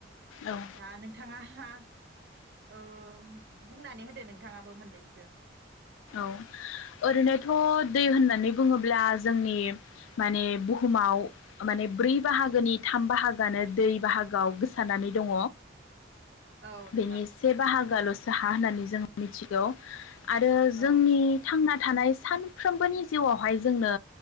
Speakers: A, on the left (about 80°); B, on the right (about 60°).
A: औ
B: दा नोंथाङा <unintelligible> ओ बुंनानै होदो नोंथाङाबो मोननैसो
A: औ ओरैनोथ' दै होननानै बुङोब्ला जोंनि माने बुहुमाव माने ब्रै बाहागोनि थाम बाहागोआनो दै बाहागोआव गोसारानानै दङ
B: औ नोंथां
A: बेनि एसे बाहागोयाल' सो हा होननानै जों मिथिगौ आरो जोंनि
B: औ
A: थांना थानाय सानफ्रोमबोनि जिउआवहाय जोंनो